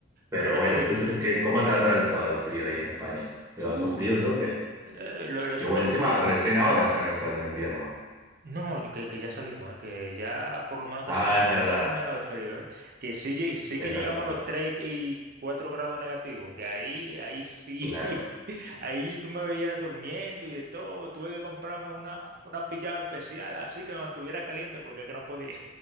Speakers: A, on the right; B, on the right.
A: Pero
B: Pero ¿qué
A: bueno,
B: te digo?
A: entonces, ¿qué, cómo te ha tratado el frío ahí en España? ¿Lo
B: Uf,
A: has sufrido un toque?
B: eh, lo, lo he sufrido
A: Igual, encima,
B: un poco.
A: recién ahora están entrando en invierno.
B: No, no, que, que ya salimos, eh, que ya por lo menos está
A: Ah,
B: haciendo un
A: es verdad,
B: chin menos de frío, eh, que sí, lleg- sí
A: es
B: que llegamos
A: verdad, es
B: a
A: verdad.
B: los 3 y 4 grados negativos, que ahí, ahí sí,
A: Claro.
B: <laughs> ahí tú me veías durmiendo y de todo, tuve que comprarme una, una pijama especial así que me mantuviera caliente porque es que no podía.